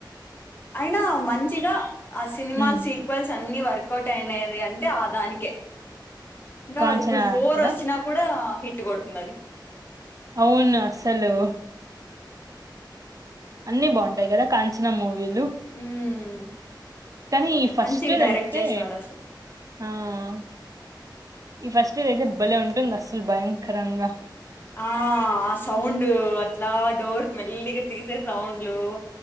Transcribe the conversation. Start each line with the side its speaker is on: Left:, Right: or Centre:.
Left: అయినా మంచిగా ఆ సినిమా
Right: ఉమ్
Left: సీక్వెల్స్ అన్ని వర్ వర్కౌట్ అయినాయి అంటే ఆ దానికే ఇంకా
Right: కాంచనా
Left: ఇప్పుడు ఫోర్
Right: కదా
Left: వచ్చినా కూడా హిట్ కొడుతుంది అది.
Right: అవున్ర అసలు అన్నిీ బాగుంటాయి కదా కాంచన మూవీల్ లు
Left: ఉమ్
Right: కానీ ఈ ఫస్ట్
Left: మంచిగా డైరెక్ట్
Right: అయితే
Left: చేసినాడు అసలు
Right: ఆహ్ ఈ ఫస్ట్ అయితే భలే ఉంటుంద్. అస్సల్ అసలు భయంకరంగా
Left: ఆ ఆ సౌండ్ అట్లా డోర్ మెల్లిగా తీసే సౌండ్ లు